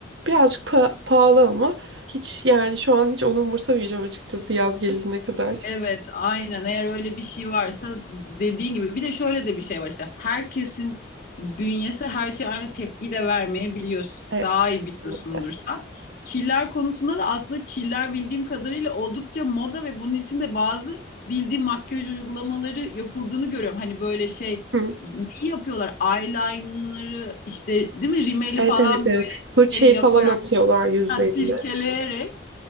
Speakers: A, on the right; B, on the left.
A: birazcık pa- pahalı ama hiç yani şu an hiç onu umursamayacağım açıkçası yaz gelene kadar.
B: Evet, aynen. Eğer öyle bir şey varsa dediğin gibi bir de şöyle de bir şey var işte. Herkesin bünyesi her şeye aynı tepkiyi de vermeyebiliyorsun.
A: Evet.
B: Daha iyi biliyorsundur
A: kesinlikle.
B: sen. Çiller konusunda da aslında çiller bildiğim kadarıyla oldukça moda ve bunun içinde bazı bildiğim makyaj uygulamaları yapıldığını görüyorum. Hani böyle şey
A: Hı.
B: neyi yapıyorlar? Eyeliner'ı işte değil mi? Rimeli
A: Evet
B: falan
A: evet
B: böyle
A: evet. Fırçayı
B: şey yaparak,
A: falan atıyorlar yüzlerine.
B: ha, silkeleyerek